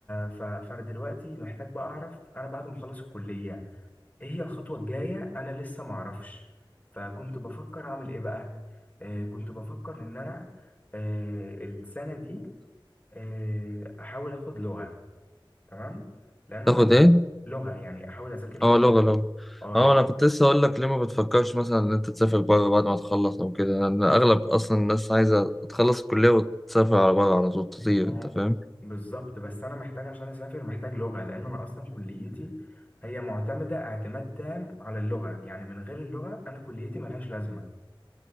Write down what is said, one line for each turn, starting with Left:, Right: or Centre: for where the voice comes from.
Left: ف... فانا دلوقتي محتاج بقى اعرف انا بعد ما اخلص الكليه ايه هي الخطوه الجايه انا لسه ما اعرفش فكنت بفكر اعمل ايه بقى آه، كنت بفكر ان انا آه، السنه دي آه، احاول اخد لغه تمام لان انا
Centre: تاخد
Left: لغه
Centre: إيه؟
Left: لغة، يعني احاول اذاكر لغه
Centre: أه لغة لغة
Left: اه
Centre: أه
Left: لان
Centre: أنا كنت لسه هقول لك ليه ما بتفكرش مثلا إن أنت تسافر بره بعد ما تخلص أو كده لأن أغلب أصلا الناس عايزة تخلص الكلية وتسافر على بره على طول تطير
Left: ما
Centre: أنت
Left: هو
Centre: فاهم؟
Left: بالظبط بس انا محتاج عشان اسافر محتاج لغه لان انا اصلا كليتي هي معتمده اعتماد تام على اللغه يعني من غير اللغه انا كليتي ملهاش لازمه